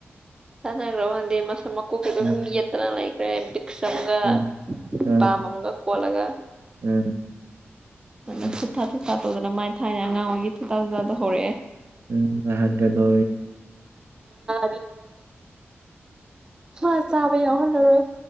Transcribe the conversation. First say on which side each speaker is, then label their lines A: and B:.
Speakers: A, on the right (about 20°); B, on the right (about 65°).
A: ꯆꯉꯒ꯭ꯔꯟꯦ ꯃꯁ ꯃ ꯀꯨ ꯑꯗꯨ
B: ꯎꯝ
A: ꯌꯦꯅ ꯂ ꯂꯩꯈ꯭ꯔꯦ ꯃꯁꯝꯒ
B: ꯎꯝ ꯑ
A: ꯕꯥꯃꯒ ꯀꯂꯒ
B: ꯑ
A: ꯑꯗꯨꯅ
B: ꯎꯝ
A: ꯊꯨꯊꯥ ꯊꯨꯠꯊꯥ ꯇꯧꯗꯅ ꯃꯥꯏꯅ ꯊꯥꯏꯅ ꯑꯉꯥꯡ ꯑꯣꯏꯩꯒꯤ ꯊꯨꯊꯥ ꯊꯨꯥꯗ ꯍꯧꯔꯛꯑꯦ
B: ꯎꯝꯍ ꯀꯗꯣ
A: ꯔꯤ ꯍ ꯆꯥꯕ ꯌꯥꯎ ꯍꯜꯂꯔ